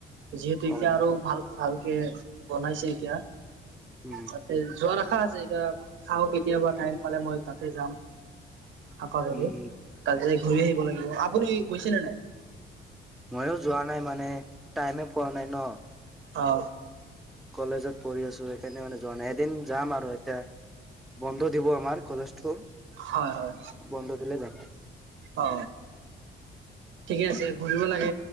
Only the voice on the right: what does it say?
যিহেতু
এতিয়া আৰু ভাল ভালকে বনাইছে এতিয়া।
তাতে যোৱাৰ আশা আছে এতিয়া চাওঁ কেতিয়াবা টাইম পালে মই তাতে যাম। <unintelligible> তাতে
যাই ঘূৰি আহিব লাগিব। আপুনি গৈছেনে নাই?
অ।
হয় হয়
অ। ঠিকে আছে ঘূৰিব লাগে